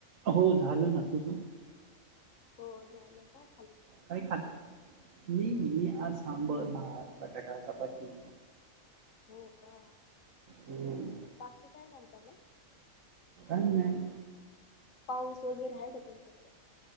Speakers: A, on the right; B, on the left.
A: हो झालं ना. तुझं?
B: हो झालं पण
A: काय खात मी-मी आज सांबर, भात, बटाटा, चपाती
B: हो का
A: हम्म
B: बाकी काय म्हणता मग
A: काही नाही.
B: पाऊस वगैरे हाय का तुमच्याकडं?